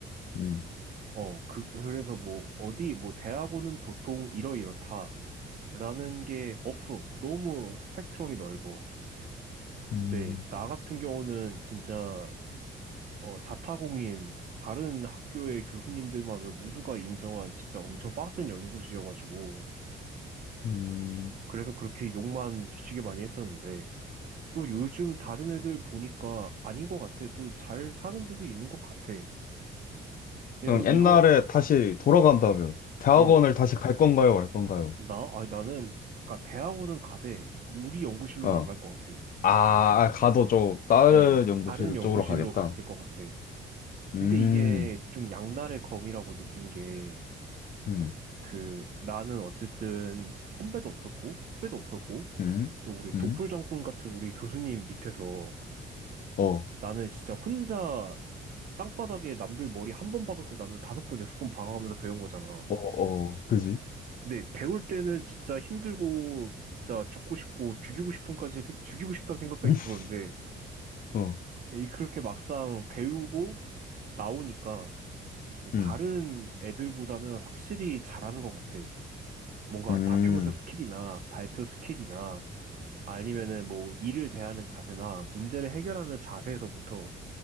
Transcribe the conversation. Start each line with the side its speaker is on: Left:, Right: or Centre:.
Left: 음,
Right: 어, 그, 그래서 뭐, 어디, 뭐, 대학원은 보통 이러이렇다. 라는 게 없어. 너무 스펙트럼이 넓어.
Left: 음,
Right: 네 나 같은 경우는 진짜, 어, 자타공인, 다른 학교의 교수님들마저 모두가 인정한 진짜 엄청 빡센 연구실이어가지고,
Left: 음.
Right: 그래서 그렇게 욕만 뒤지게 많이 했었는데, 또 요즘 다른 애들 보니까 아닌 것 같아. 또 잘 사는 데도 있는 것 같아. 그래서
Left: 그럼 옛날에
Right: 이거,
Left: 다시 돌아간다면, 대학원을
Right: 음,
Left: 다시 갈 건가요, 말 건가요?
Right: 나? 아니, 나는, 그니까 대학원은 가되, 우리 연구실로는
Left: 어.
Right: 안 갈 것 같아.
Left: 아, 아, 가도 좀, 다른
Right: 어,
Left: 연구실
Right: 다른 연구실로
Left: 쪽으로 가겠다.
Right: 갔을 것 같아.
Left: 음,
Right: 근데 이게 좀 양날의 검이라고 느낀 게,
Left: 음,
Right: 그, 나는 어쨌든 선배도 없었고, 후배도 없었고,
Left: 음,
Right: 또 우리 독불
Left: 음,
Right: 장군 같은 우리 교수님 밑에서
Left: 어,
Right: 나는 진짜 혼자 땅바닥에 남들 머리 한 번 박을 거 나는 다섯 번, 여섯 번 박아가면서 배운 거잖아.
Left: 어, 어, 그지?
Right: 네, 배울 때는 진짜 힘들고, 진짜 죽고 싶고, 죽이고 싶은까지, 생- 죽이고 싶다는 생각까지
Left: <laughs>
Right: 들었는데,
Left: 어,
Right: 이 그렇게 막상 배우고 나오니까, 이제
Left: 음,
Right: 다른 애들보다는 확실히 잘하는 것 같아. 뭔가
Left: 음,
Right: 다큐멘터 스킬이나 발표 스킬이나, 아니면은 뭐 일을 대하는 자세나 문제를 해결하는 자세에서부터